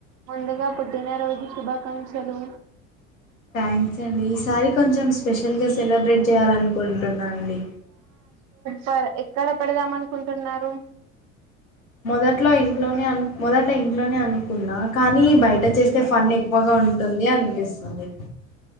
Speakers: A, on the right; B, on the left.
A: ముందుగా పుట్టినరోజు శుభాకాంక్షలు.
B: థ్యాంక్స్ అండి, ఈ సారి కొంచెం స్పెషల్ గా సెలబ్రేట్ చేయాలనుకుంటున్నా అండి.
A: పర్ ఎక్కడ పెడదాం అనుకుంటున్నారు?
B: మొదట్లో ఇంట్లోనే అన్ మొదట ఇన్ లోనే అనుకున్నా, కానీ బయట చేస్తే ఫన్ ఎక్కువగా ఉంటుంది అనిపిస్తుంది.